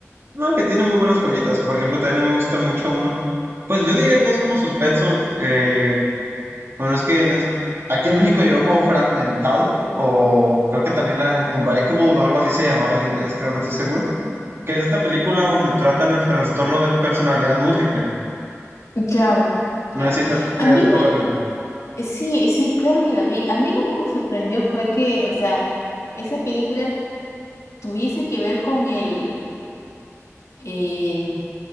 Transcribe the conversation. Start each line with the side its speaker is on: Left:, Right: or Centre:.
Right: No, que tiene muy buenas joyitas. Por ejemplo, también a mí me gusta mucho uno. Pues yo diría que es como suspenso. eh, bueno, es que en es- aquí en México llegó como fragmentado. O creo que también eh, Unbreakable o algo así se llamaba en inglés, creo, no estoy seguro. Que es esta película donde tratan el trastorno de personalidad múltiple.
Left: Claro, claro.
Right: No sé si te, si
Left: A mí
Right: te tocó
Left: me...
Right: verla.
Left: eh, Sí, sí, claro que la vi. A mí lo que me sorprendió fue que, o sea, esa película tuviese que ver con el, eh,